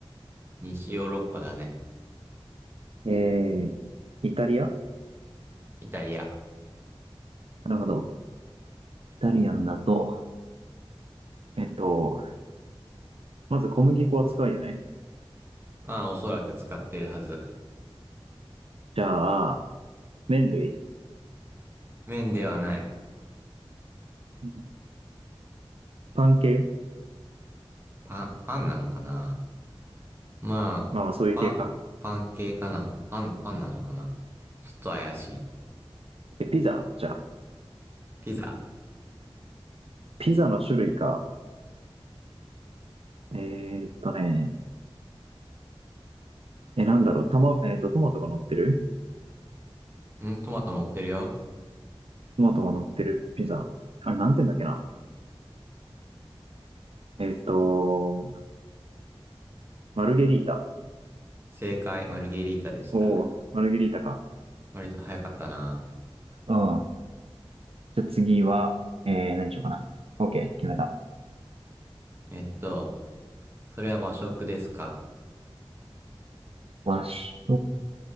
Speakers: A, on the right; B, on the right.
A: 西ヨーロッパだね。
B: えー、イタリア
A: イタリア。
B: なるほど。イタリアンだと、えっと、まず小麦粉は使うよね。
A: まあおそらく使ってるはず。
B: じゃあ、麺類
A: 麺ではない。
B: うんパン系
A: パン、パンなのかなまあ、
B: まあまあそういう系か。
A: パン、パン系かな。パン、パンなのかな。ちょっと怪しい。
B: え、ピザじゃあ、
A: ピザ。
B: ピザの種類か。えーっとね、え、なんだろう、たま、えっと、トマトが乗ってる
A: うん、トマト乗ってるよ。
B: トマトが乗ってるピザ。あれ、なんて言うんだっけな。えっと、マルゲリータ。
A: 正解、マルゲリータでした。
B: おー、マルゲリータか。
A: 割と早かったな。
B: うん。じゃあ次は、えー、何しようかな。OK、決めた。
A: えっと、それは和食ですか
B: 和食。